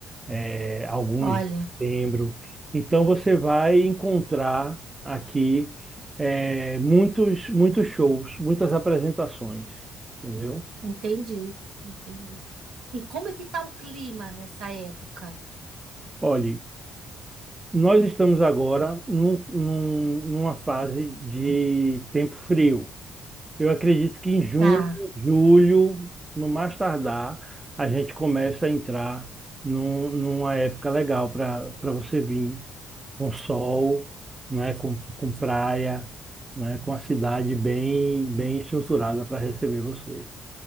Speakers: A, on the right; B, on the right.
A: eh, alguns
B: Olha,
A: em setembro. Então, você vai encontrar aqui eh, muitos, muitos shows, muitas apresentações, entendeu?
B: entendi, entendi. E como é que tá o clima nessa época?
A: Olhe. Nós estamos agora num, num- numa fase de tempo frio. Eu acredito que em junho,
B: Tá,
A: julho, no mais tardar, a gente começa a entrar num- numa época legal para para você vir com sol, né, com, com praia, né, com a cidade bem, bem estruturada para receber você.